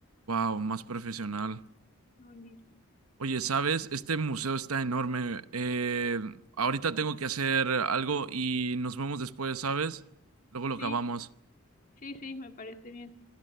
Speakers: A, on the right; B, on the left.
A: ¡Wow! Más profesional.
B: qué bonito,
A: Oye, ¿sabes? Este museo está enorme. Eh, ahorita tengo que hacer algo y nos vemos después, ¿sabes? Luego lo
B: sí,
A: acabamos.
B: sí, sí, me parece bien.